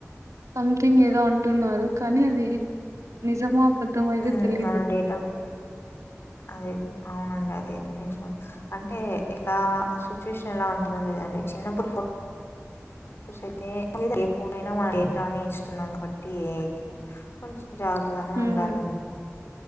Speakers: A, on the right; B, on the left.
A: సంథింగ్ ఏదో అంటున్నారు కానీ అది నిజమో అబద్ధం మో
B: ఉమ్
A: తెలియదు
B: మన డేటా అదే అవునండి అదయితే నిజమే అంటే అంటే ఎలా సిచ్యుషన్ ఎలా ఉంటుందో లేదండి చిన్నప్పుడు ఫో ఫొటోస్ అయితే ఏ ఫోన్ అయినా మన డేటాని అని ఇస్తున్నాం కాబట్టి ఏ కొ జాగ్రత్తగానే
A: హ్మ్.
B: ఉండాలి